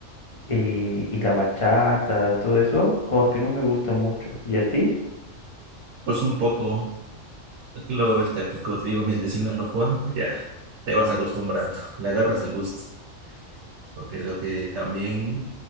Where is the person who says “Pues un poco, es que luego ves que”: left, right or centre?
Right